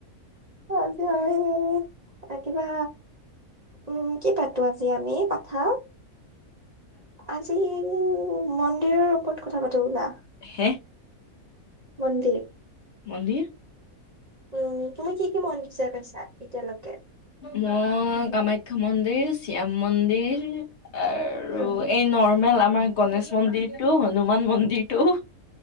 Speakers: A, on the right; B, on the left.
A: আজি আমি কিবা উম, কি পাতো আজি আমি কথা? আজি মন্দিৰৰ ওপৰত কথা পাতো ব'লা।
B: হে?
A: মন্দিৰ
B: মন্দিৰ
A: উম, তুমি কি কি মন্দিৰ চাই পাইছা এতিয়ালৈকে?
B: মই কামাখ্যা মন্দিৰ, শ্যাম মন্দিৰ আৰু
A: উম
B: এই নৰ্মেল আমাৰ গনেশ মন্দিৰটো হনুমান মন্দিৰটো